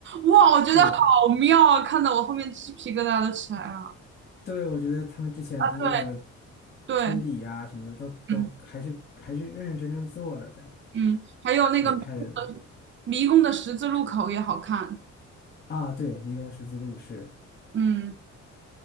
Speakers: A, on the right; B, on the left.
A: 哇，我觉得好妙啊，
B: 对
A: 看得我后面鸡皮疙瘩都起来了。
B: 对，我觉得他们之前的那个
A: 对对。
B: 推理呀、什么的都都还是还是认认真真做了的，
A: 嗯。嗯，还有那个迷宫的迷宫的十字路口也好看。
B: 是拍的啊，对，《迷宫十字路》是
A: 嗯，